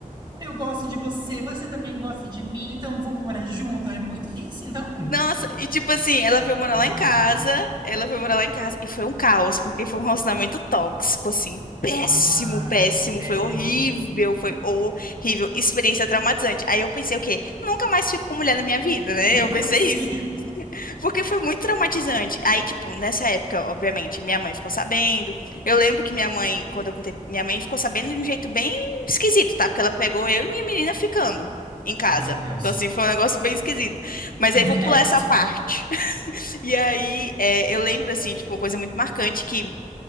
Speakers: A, on the right; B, on the left.
A: Eu gosto de você, você também gosta de mim, então vamos morar junto. É muito isso, então.
B: Nossa, e tipo assim, ela
A: Chocado.
B: veio morar lá em casa, ela veio morar lá em casa, e foi um caos, porque foi um relacionamento tóxico, assim, péssimo,
A: Ai,
B: péssimo,
A: que bad.
B: foi horrível, foi horrível, experiência traumatizante. Aí eu pensei o quê? Nunca mais fico com mulher na minha vida, né?
A: <laughs>
B: Eu pensei
A: Sim.
B: isso. Porque foi muito traumatizante. Aí, tipo, nessa época, obviamente, minha mãe ficou sabendo. Eu lembro que minha mãe, quando eu contei, minha mãe ficou sabendo de um jeito bem esquisito, tá? Porque ela pegou eu e minha menina ficando em casa.
A: Meu Deus.
B: Então, assim, foi um negócio bem esquisito. Mas
A: In
B: aí vou
A: the
B: pular
A: act.
B: essa parte. <laughs> E aí, é, eu lembro, assim, tipo, uma coisa muito marcante que